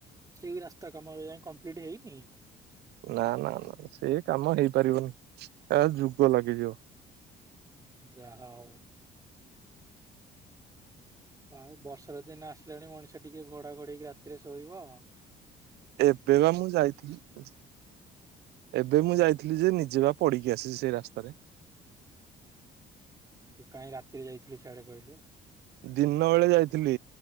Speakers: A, on the right; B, on the right.
A: ସେଇ ରାସ୍ତା କାମଏବେ ଯାକେ କମ୍ପ୍ଲିଟ ହେଇନି?
B: ନା ନା ନା ସେ କାମ ହେଇପାରିବନି ଏ ଯୁଗ ଲାଗିଯିବ ।
A: ଯାହା ହଉ । ଆଉ ବର୍ଷର ଦିନ ଆସିଲାଣି ମଣିଷ ଟିକେ ଘୋଡା ଘୋଡକି ରାତିରେ ଶୋଇବ ।
B: ଏବେ ବା ମୁଁ ଯାଇଥିଲି । ଏବେ ମୁଁ ଯାଇଥିଲି ଯେ ନିଜେ ବା ପଡିକି ଆସିଛି ସେଇ ରାସ୍ତାରରେ ।
A: ତୁ କାହିଁ ରାତିରେ ଯାଇଥିଲୁ ସିଆଡେ କହିଲୁ?
B: ଦିନ ବେଳେ ଯାଇଥିଲି